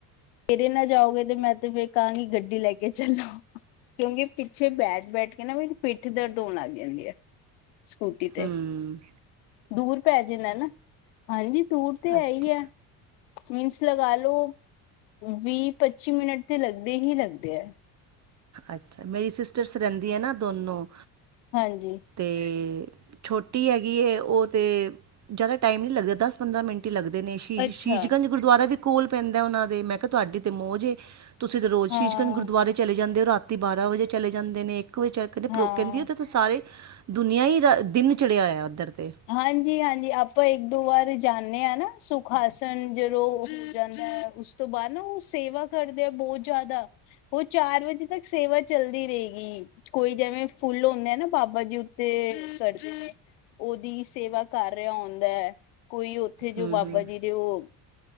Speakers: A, on the left (about 75°); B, on the right (about 35°).
A: ਤੇਰੇ ਨਾ ਜਾਓਗੇ ਤੇ ਮੈਂ ਤੇ ਫਿਰ ਕਹਾਂਗੀ ਗੱਡੀ ਲੈ ਕੇ ਚੱਲੋ ਕਿਉਂਕਿ ਪਿੱਛੇ ਬੈਠ ਬੈਠ ਕਹਿੰਦਾ ਮੇਰੀ ਪਿੱਠ ਦਰਦ ਹੋਣ ਲੱਗ ਜਾਂਦੀ ਹੈ ਸਕੂਟੀ ਤੇ
B: ਹਮਮਮ
A: ਦੂਰ ਪੈ ਜਾਣਾਂ ਨਾ ਹਾਂਜੀ ਦੂਰ ਤੇ
B: ਅੱਛਾ,
A: ਹੈ ਹੀ ਆ ਮੀਨਸ ਲਗਾ ਲੋ ਵੀਹ ਪੱਚੀ ਮਿੰਟ ਤੇ ਲੱਗਦੇ ਹੀ ਲੱਗਦੇ ਹੈ
B: ਅੱਛਾ! ਮੇਰੀ ਸਿਸਟਰ ਸਰਹਿੰਦੀ ਹੈ ਨਾ ਦੋਨੋਂ
A: ਹਾਂਜੀ
B: ਤੇ ਛੋਟੀ ਹੈਗੀ ਹੈ ਉਹ ਤੇ ਜ਼ਿਆਦਾ ਟਾਈਮ ਨਹੀਂ ਲੱਗਦਾ ਦਸ ਪੰਦਰਾਂ ਮਿੰਟ ਟੀ ਲੱਗਦੇ ਨੇ ਸ਼ੀਸ਼
A: ਅੱਛਾ
B: ਸ਼ੀਸ਼ਗੰਜ ਗੁਰਦੁਆਰਾ ਵੀ ਕੋਲ ਪੈਂਦਾ ਉਹਨਾ ਦੇ ਮੈਂ ਕਿਹਾ ਤੁਹਾਡੀ ਤੇ ਮੌਜ ਤੁਸੀਂ ਤੇ ਰੋਜ਼
A: ਹਾਂ
B: ਸ਼ੀਸ਼ਗੰਜ ਗੁਰਦੁਆਰੇ ਚਲੇ ਜਾਂਦੇ ਹੋ ਰਾਤੀ ਬਾਰਾਂ ਵਜੇ ਚਲੇ ਜਾਂਦੇ ਨੇ ਇੱਕ ਵਜੇ ਚ ਕਦੇੋ
A: ਹਾਂ
B: ਕਹਿੰਦੀ ਆ। ਸਾਰੇ ਦੁਨੀਆਂ ਹੀ ਦਿਨ ਚੜਿਆ ਹੋਇਆ ਉੱਧਰ ਤੇ
A: ਹਾਂਜੀ ਹਾਂਜੀ ਆਪਾਂ ਇੱਕ ਦੋ ਵਾਰ ਜਾਂਦੇ ਹਾਂ ਨਾ ਸੁਖਾਸਨ ਜਦੋਂ ਜਾਂਦਾ ਉਸ ਤੋਂ ਬਾਅਦ ਨਾ ਉਹ ਸੇਵਾ ਕਰਦੇ ਆ ਬਹੁਤ ਜ਼ਿਆਦਾ ਉਹ ਚਾਰ ਵਜੇ ਤੱਕ ਸੇਵਾ ਚੱਲਦੀ ਰਹੇਗੀ। ਕੋਈ ਜਿਵੇਂ ਫੁੱਲ ਹੁੰਦੇ ਆ, ਨਾ ਬਾਬਾ ਜੀ ਉੱਤੇ ਸਿੱਟਦੇ ਨੇ। ਉਹਦੀ ਸੇਵਾ ਕਰ ਰਿਹਾ ਹੁੰਦਾ, ਕੋਈ ਉੱਥੇ ਜੋ
B: ਹੂੰ,
A: ਬਾਬਾ
B: ਹੂੰ,
A: ਜੀ ਦੇ ਉਹ